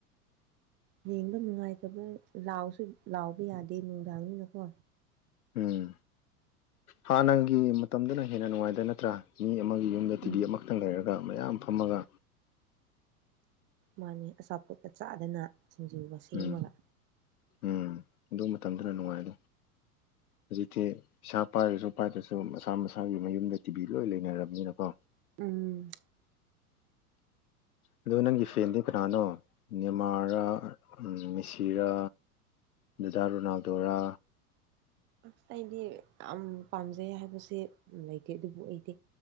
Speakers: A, on the right; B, on the left.
A: ꯌꯦꯡꯕ ꯅꯨꯡꯉꯥꯏꯇꯕ ꯂꯥꯎꯁꯨ ꯂꯥꯎꯕ ꯌꯥꯗꯦ ꯅꯨꯡꯗꯥꯡꯅꯤꯅꯀꯣ
B: ꯎꯝ ꯍꯥꯟꯅꯒꯤ ꯃꯇꯝꯗꯅ ꯍꯦꯟꯅ ꯅꯨꯡꯉꯥꯏꯗ ꯅꯠꯇ꯭ꯔꯥ ꯃꯤ ꯑꯃꯒꯤ ꯌꯨꯝ ꯌꯨꯝꯗ ꯇꯤꯚꯤ
A: ꯎꯝ
B: ꯑꯃꯈꯛꯇꯪ ꯂꯩꯔꯒ ꯃꯌꯥꯝ ꯐꯝꯃꯒ
A: ꯃꯥꯅꯦ ꯑꯆꯥꯄꯣꯠꯄ ꯆꯥꯗꯅ ꯁꯤꯡꯖꯨꯒ ꯁꯦꯝꯃꯒ
B: ꯎꯝ ꯎꯝ ꯑꯗꯨ ꯃꯇꯝꯗꯨꯅ ꯅꯨꯡꯉꯥꯏꯗ ꯍꯧꯖꯤꯛꯇꯤ ꯄꯩꯥ ꯄꯥꯏꯔꯁꯨ ꯄꯥꯏꯗ꯭ꯔꯁꯨ ꯃꯁꯥ ꯃꯁꯥꯒꯤ ꯃꯌꯨꯝꯗ ꯇꯤꯚꯤ ꯂꯣꯏ ꯂꯩꯅꯔꯕꯅꯤꯅꯀꯣ
A: ꯎꯝ
B: ꯑꯗꯣ ꯅꯪꯒꯤ ꯐꯦꯟꯗꯤ ꯀꯅꯥꯅꯣ ꯅꯤꯃꯥꯔꯥ ꯃꯤꯁꯤꯔꯥ ꯗꯗꯥ ꯔꯣꯅꯥꯜꯗꯣꯔꯥ
A: ꯑꯁ ꯑꯩꯗꯤ ꯌꯥꯝ ꯄꯥꯝꯖꯩ ꯍꯥꯏꯕꯁꯦ ꯂꯩꯇꯦ ꯑꯗꯨꯕꯨ ꯑꯩꯗꯤ